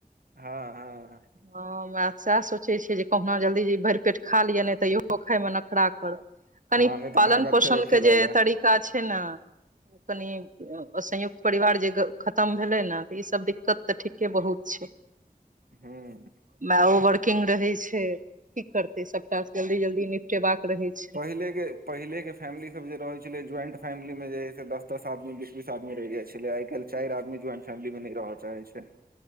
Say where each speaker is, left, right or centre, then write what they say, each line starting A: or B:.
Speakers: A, on the right (about 75°); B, on the right (about 60°).
A: हँ हँ
B: हाँ सएह सोचैत छियै जे कहुना जल्दी जे भरि पेट खा लिअ नहि तऽ इहो खाायमे नखरा करत
A: हँ
B: कनी
A: नहि तऽ
B: पालन
A: भागत
B: पोषण
A: फेरो खेलऽ
B: के जे
A: ले
B: तरीका छैय नहि कनी संयुक्त परिवार जे खतम भेलै ने तऽ ई सब दिक्कत तऽ ठीके बहुत छैय।
A: हूँ
B: मैओ बढ़ कुकिंग रहे छैय की करते सबटा जल्दी जल्दी निपटेबाक रहे छैय।
A: पहिले पहिले के फैमिली सब जे रह छलै ज्वाइंट फैमिली मे जे से दस दस आदमी बीस बीस आदमी रेह जाइ छलै आ काल्हि चारि आदी ज्वाइंट फैमी मे नहि रहय चाहैत छैय।